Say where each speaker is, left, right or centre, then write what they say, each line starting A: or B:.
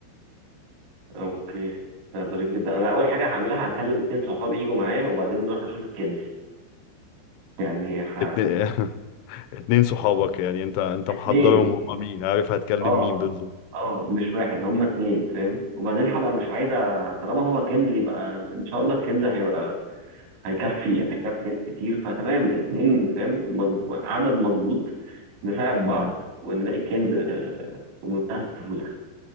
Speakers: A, on the right; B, on the left.
A: اوكي ده ظريف جدا انا اول حاجه هعملها هكلم اتنين صحابي يجوا معايا وبعدين نروح نشوف الكنز يعني ح...
B: اتن- <laughs> اتنين صحابك يعني انت انت
A: اتنين
B: محضرهم هما مين عارف هتكلم
A: اه
B: مين بالظبط
A: اه مش واحد هما اتنين فاهم وبعدين هبقى مش عايزه طالما هو كنز يبقى ان شاء الله الكنز هيبقى هيكفي هيكفي ناس كتير فتمام اتنين فاهم مظبوط عدد مظبوط نساعد بعض
B: مم.
A: ونلاقي الكنز آه، بمنتهى السهوله